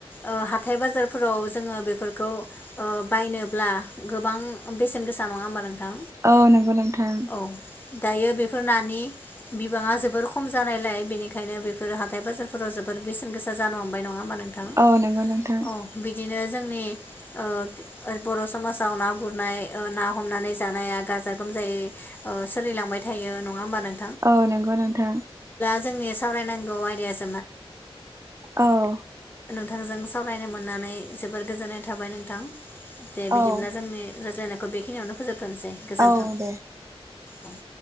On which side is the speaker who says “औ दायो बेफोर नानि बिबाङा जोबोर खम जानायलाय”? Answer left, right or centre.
Left